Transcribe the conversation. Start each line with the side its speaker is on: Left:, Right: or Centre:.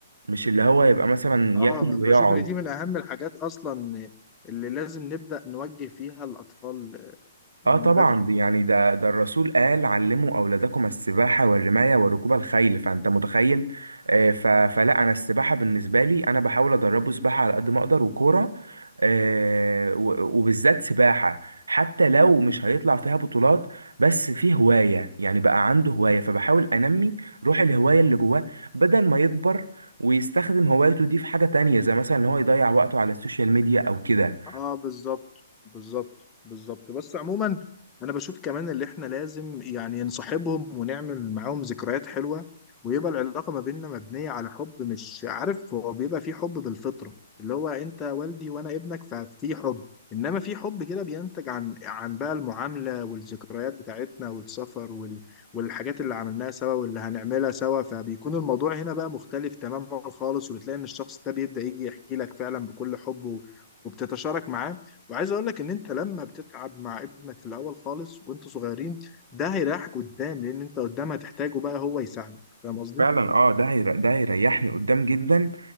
Right: مش اللي هو يبقى مثلا
Left: اه
Right: ياكل
Left: انا
Right: ويقعد
Left: بشوف ان دي من اهم الحاجات اصلا اللي لازم نبدا نوجه فيها الاطفال
Right: اه
Left: من
Right: طبعا
Left: بدري
Right: دي- يعني ده ده الرسول قال علموا اولادكم السباحه والرمايه وركوب الخيل فانت متخيل آه، ف- فلا انا السباحه بالنسبه لي انا بحاول ادربه سباحه على قد ما اقدر وكوره آه، و- وبالذات سباحه حتى لو مش هيطلع فيها بطولات بس في هوايه يعني بقى عنده هوايه فبحاول انمي روح الهوايه اللي جواه بدل ما يكبر ويستخدم هوايته دي في حاجه تانية زي مثلا ان هو يضيع وقته على السوشيال ميديا او كده
Left: اه بالظبط بالظبط بالظبط بس عموما انا بشوف كمان اللي احنا لازم يعني نصاحبهم ونعمل معاهم ذكريات حلوة ويبقى العلاقة ما بيننا مبنية على حب مش عارف هو بيبقى في حب بالفطرة اللي هو انت والدي وانا ابنك ففي حب انما في حب كده بينتج عن عن بقى المعاملة والذكريات بتاعتنا والسفر وال... والحاجات اللي عملناها سوا واللي هنعملها سوا فبيكون الموضوع هنا بقى مختلف تماما خالص وبتلاقي ان الشخص ده بيبدأ يجي يحكي لك فعلا بكل حب وبتتشارك معاه وعايز اقول لك ان انت لما بتتعب مع ابنك في الاول خالص وانتوا صغيرين ده هيريحك قدام لان انت قدام هتحتاجه بقى هو يساعدك فاهم قصدي
Right: فعلا اه ده هير- ده هيريحني قدام جدا